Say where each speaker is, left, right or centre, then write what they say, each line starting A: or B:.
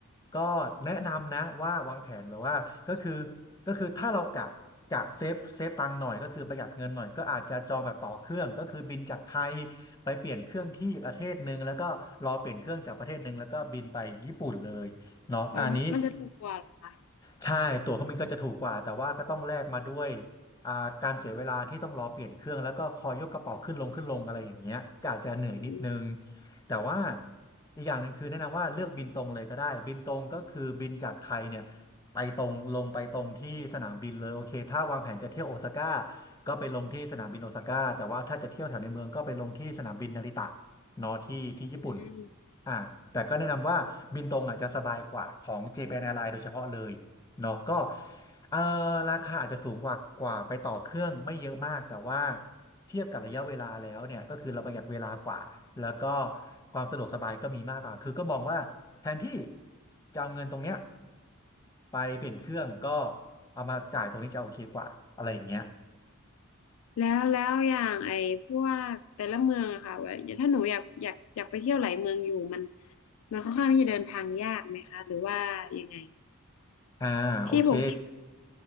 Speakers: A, on the left; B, on the left.
A: ก็แนะนำนะว่าวางแผนแบบว่าก็คือก็คือถ้าเรากะกะเซฟเซฟตังค์หน่อยก็คือประหยัดเงินหน่อยก็อาจจะจองแบบต่อเครื่องก็คือบินจากไทยไปเปลี่ยนเครื่องที่ประเทศหนึ่งแล้วก็รอเปลี่ยนเครื่องจากประเทศหนึ่งแล้วก็บินไปญี่ปุ่นเลยเนาะอันนี้
B: อ๋อมันจะถูกกว่าเหรอคะ
A: ใช่ตั๋วเครื่องบินก็จะถูกกว่าแต่ว่าก็ต้องแลกมาด้วยอ่าการเสียเวลาที่ต้องรอเปลี่ยนเครื่องแล้วก็คอยยกกระเป๋าขึ้นลงขึ้นลงอะไรอย่างเงี้ยก็อาจจะเหนื่อยนิดนึง
B: อืม
A: แต่ว่าอีกอย่างหนึ่งคือแนะนำว่าเลือกบินตรงเลยก็ได้บินตรงก็คือบินจากไทยเนี่ยไปตรงลงไปตรงที่สนามบินเลยโอเคถ้าวางแผนจะเที่ยวโอซาก้าก็ไปลงที่สนามบินโอซาก้าแต่ว่าถ้าจะเที่ยวแถวในเมืองก็ไปลงที่สนามบินนาริตะเนอะที่ที่ญี่ปุ่น
B: อืม
A: อ่าแต่ก็แนะนำว่าบินตรงอ่ะจะสบายกว่าของเจแปนแอ r ์ i ลน์โดยเฉพาะเลย เนาะก็เอ่อราคาอาจจะสูงกว่ากว่าไปต่อเครื่องไม่เยอะมากแต่ว่าเทียบกับระยะเวลาแล้วเนี่ยก็คือเราประหยัดเวลากว่าแล้วก็ความสะดวกสบายก็มีมากกว่าคือก็มองว่าแทนที่จะเอาเงินตรงเนี้ยไปเปลี่ยนเครื่องก็เอามาจ่ายตรงนี้จะโอเคกว่าอะไรอย่างเงี้ย
B: แล้วแล้วอย่างไอ้พวกแต่ละเมืองอะค่ะว่าถ้าหนูอยากอยากอยากไปเที่ยวหลายเมืองอยู่มันมันค่อนข้างที่จะเดินทางยากไหมคะหรือว่ายังไง
A: อ่าโอเค
B: ที่พงที่พัก